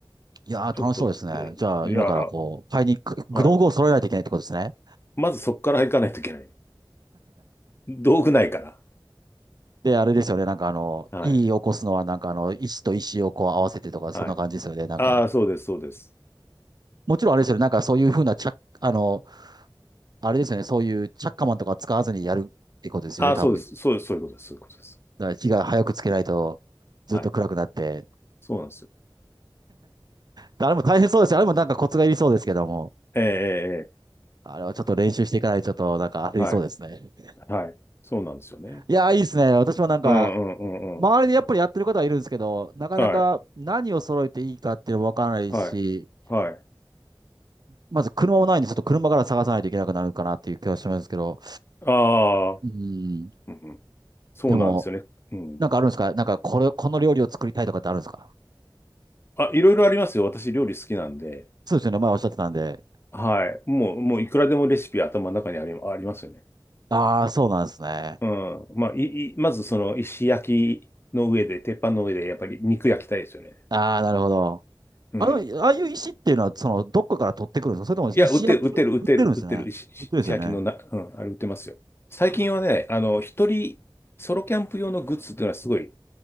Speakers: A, on the right (about 55°); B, on the left (about 30°).
A: いやー楽しそうですね。
B: ちょっと、
A: じゃあ今からこう、
B: うん。いや、
A: 買いに、く道具を揃えないといけないってことですね。
B: はい。まずそこから行かないといけない。道具ないから。
A: で、あれですよね。なんかあの、
B: はい。
A: いい起こすのはなんかあの、石と石をこう合わせてとか、
B: はい。
A: そんな感じですよね。なんか。
B: ああ、そうです、そうです。
A: もちろんあれですよね。なんかそういうふうな着、あの、あれですよね。そういうチャッカマンとか使わずにやるってことですよね、
B: ああ、
A: 多分。
B: そうです。
A: だか
B: そうです、そういうことです、そういうことです。
A: ら火が早くつけないとずっと暗くなって。
B: はい。そうなんですよ。
A: あれも大変そうですよ。あれもなんかコツがいりそうですけども。
B: ええ、ええ、ええ
A: あれはちょっと練習していかないとちょっとなんかありそうですね。
B: はい。はい。そうなんですよね。
A: いやー、いいですね。私もなんか、
B: うん、うん、うん、
A: 周りでやっぱりやってる方はいるんですけど、
B: うん。
A: なかなか何を揃えていいかっていうのもわからないし、
B: はい。はい。はい。
A: まず車もないんで、ちょっと車から探さないといけなくなるかなっていう気がしますけど。
B: あ
A: うん。
B: あ、うんうん、そうなんですよね。
A: でも、
B: うん。
A: なんかあるんですかなんかこれ、この料理を作りたいとかってあるんですか
B: あ、いろいろありますよ。私、料理好きなんで。
A: そうですよね。前おっしゃってたんで。
B: はい。もう、もう、いくらでもレシピ頭の中にあり、ありますよね。
A: ああ、そうなんですね。
B: うん。まあ、い、い、まずその石焼きの上で、鉄板の上で、やっぱり肉焼きたいですよね。
A: ああ、なるほど。
B: うん。
A: あの、ああいう石っていうのは、その、どっかから取ってくるんですかそれとも石焼きを売ってるんですね。
B: いや、売ってる、売ってる、売ってる、売ってる、石、石石焼きのな、
A: 売ってるんですよね。
B: うん、あれ売ってますよ。最近はね、
A: あ
B: あの、一人、ソロキャンプ用のグッズっていうのはすごい